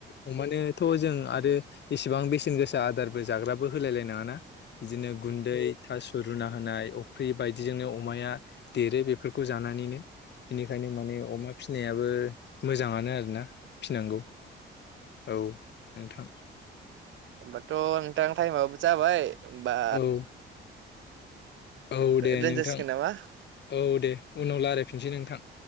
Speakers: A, on the left; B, on the right.
A: अमानो थ' जों आरो इसिबां बेसेन गोसा आदारबो जाग्राबो होलायलाय नङाना बिदिनो गुन्दै थास' रुना होनाय अफ्रि बायदिजोंनो अमाया देरो बेफोरखौ जानानैनो बेनिखायनो माने अमा फिसिनायाबो मोजाङानो आरोना फिनांगौ औ नोंथां।
B: होमबाथ' नोंथां थाइमाबो जाबाय होनबा
A: औ औ दे
B: दोनजासिगोन
A: नोंथां
B: नामा
A: औ दे उनाव रायलायफिनसै नोंथां